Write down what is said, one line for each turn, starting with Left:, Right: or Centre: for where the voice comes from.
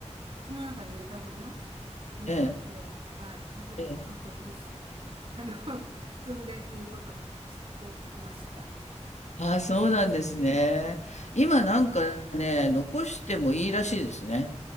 Right: 口の中に入れたまま置いといて、
Left: ええ。
Right: はい、後でこそっとティッシュ、
Left: ええ。
Right: あの、<laughs> 包んでっていうことを知ってました。
Left: ああ、そうなんですね。今なんかね、残してもいいらしいですね。